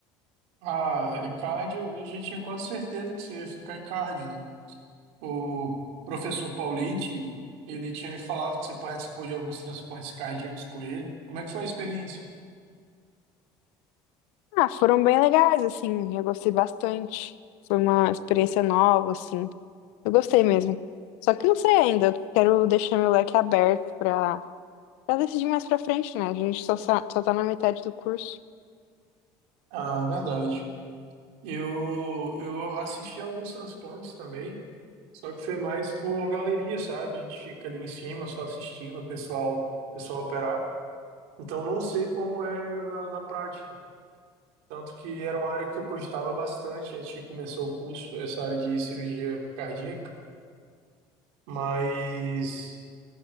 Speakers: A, on the right; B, on the left.
A: Ah, e cardio, eu já tinha quase certeza que você ia ficar em cardio, né? O professor Paulite, ele tinha me falado que você participou de alguns transplantes cardíacos com ele. Como é que foi a experiência?
B: Ah, foram bem legais, assim, eu gostei bastante. Foi uma experiência nova, assim. Eu gostei mesmo. Só que não sei ainda, eu quero deixar meu leque aberto pra, pra decidir mais pra frente, né? A gente só, sa- só tá na metade do curso.
A: Ah, verdade. Eu, eu assisti alguns transplantes também, só que foi mais por galeria, sabe? A gente fica ali em cima só assistindo o pessoal, o pessoal operar. Então não sei como é na, na prática. Tanto que era uma área que eu cogitava bastante antes de começar o curso, essa área de cirurgia cardíaca. Mas,